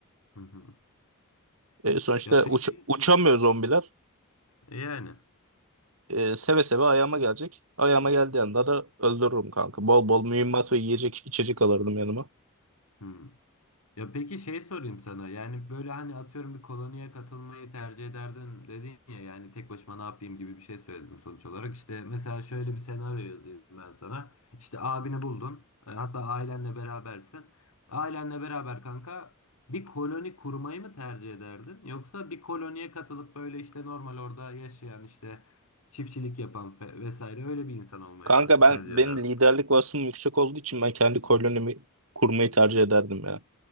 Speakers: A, on the left (about 85°); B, on the right (about 70°).
A: Hı hı.
B: E, sonuçta
A: Ya peki
B: uç, uçamıyor zombiler.
A: e yani.
B: E, seve seve ayağıma gelecek. Ayağıma geldiği anda da öldürürüm kanka. Bol bol mühimmat ve yiyecek içecek alırdım yanıma.
A: Hı. Ya peki şey sorayım sana. Yani böyle hani atıyorum bir koloniye katılmayı tercih ederdim dedin ya yani tek başıma ne yapayım gibi bir şey söyledin sonuç olarak. İşte mesela şöyle bir senaryo yazayım ben sana. İşte abini buldun. e, Hatta ailenle berabersin. Ailenle beraber kanka bir koloni kurmayı mı tercih ederdin? Yoksa bir koloniye katılıp böyle işte normal orada yaşayan işte çiftçilik yapan fe- vesaire öyle bir insan olmayı
B: Kanka
A: mı
B: ben
A: tercih ederdin?
B: benim liderlik vasfım yüksek olduğu için ben kendi kolonimi kurmayı tercih ederdim ya.